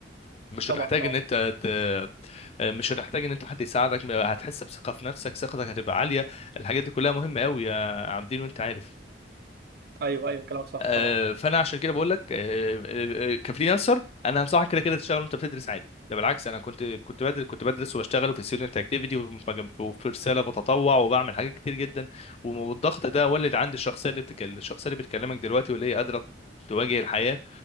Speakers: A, on the left (about 35°); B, on the right (about 55°).
A: مش
B: طبعا
A: هتحتاج
B: اه
A: ان انت ت... آه، مش هتحتاج ان انت حد يساعدك هتحس بثقه في نفسك ثقتك هتبقى عاليه الحاجات دي كلها مهمه قوي يا عابدين وانت عارف
B: ايوه ايوه كلامك صح
A: آه،
B: طبعا
A: فانا عشان كده بقول لك آه، آه، آه، كفريلانسر انا انصحك كده كده تشتغل وانت بتدرس عادي ده بالعكس انا كنت كنت بدرس كنت بدرس واشتغل في ستودنت اكتيفيتي وفي رساله بتطوع وبعمل حاجات كتير جدا والضغط ده ولد عندي الشخصيه اللي بتك... الشخصيه اللي بتكلمك دلوقتي واللي هي قادره تواجه الحياه